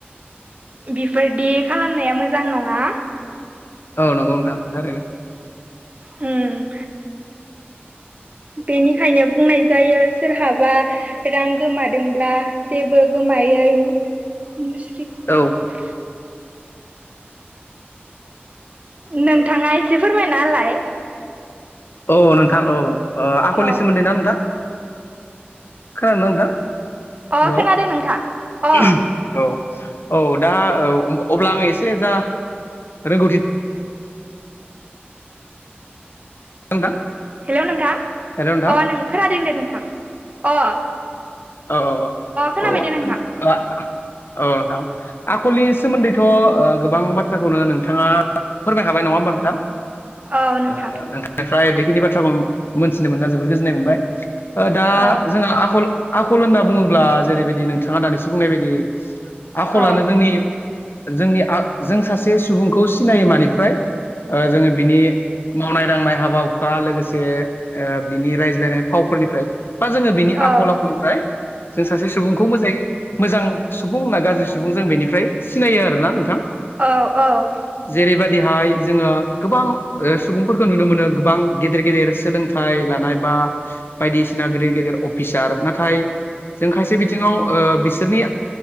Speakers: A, on the right; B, on the left.
A: बेफोरदि खालामनाया मोजां नङा।
B: औ नंगौ नोंथां थारैनो।
A: उम बेनिखायनो बुंनाय जायो सोरहाबा रां गोमादोंब्ला जेबो गोमायै मुस्रि
B: औ
A: <inaudible> नोंथाङा एसे फोरमायना होलाय।
B: औ नोंथां औ
A: अ
B: आखलनि सोमोन्दै ना नोंथां? खोनादोंना
A: अ
B: नोंथां
A: खोनादों अ
B: हेल' औ औ दा औ अब्ला आङो एसे जा रोंगौथि नोंथां
A: हेल' नोंथां
B: हेलौ नोंथां
A: अ नों खोनादों दे नोंथां अ
B: अ अ
A: खोनाबाय
B: औ
A: दे नोंथां
B: आ औ नोंथां। आखलनि सोमोन्दैथ' ओ गोबां बाथ्राखौनो नोंथाङा फोरमायखाबाय नङा होमबा नोंथां?
A: औ नोंथां
B: ओ नोंथांनि फ्राय बेखिनि बाथ्राखौ मोनथिनो मोनना जोबोर गोजोननाय मोनबाय। ओ दा
A: औ
B: जोंहा आखल आखल होनना बुङोब्ला जेरैबायदि नोंथाङा दानिसो बुंनाय बायदि आखलानो
A: औ
B: जोंनि जोंनि आ जों सासे सुबुंखौ सिनायो मानिफ्राय ओ जोङो बिनि मावनाय दांनाय हाबा हुखा लोगोसे ओ बिनि रायज्लायनाय फावफोरनिफ्राय। बा जोङो बिनि
A: औ
B: आखल आखुनिफ्राय जों सासे सुबुंखौ मोजाङै मोजां सुबुं ना गाज्रि सुबुं जों बेनिफ्राय सिनायो आरोना नोंथां।
A: औ औ
B: जेरैबायदिहाय जोङो गोबां ओ सुबुंफोरखौ नुनो मोनो गोबां गेदेर गेदेर सोलोंथाइ लानाय बा बायदिसिना गेदेर गेदेर अफिसार नाथाय जों खायसे बिथिङाव ओ बिसोरनि